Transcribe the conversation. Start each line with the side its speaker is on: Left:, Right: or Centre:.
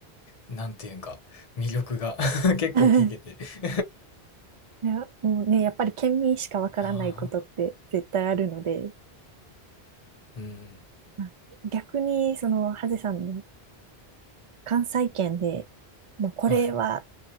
Left: なんていうんか、魅力が <laughs> 結構聞けて。
Right: <laughs>
Left: い
Right: いや、もうね、やっぱり県民しかわからないことって絶対あるので、
Left: やー、うん。
Right: あ逆に、その、ハゼさんの関西圏で、もうこれは
Left: はい。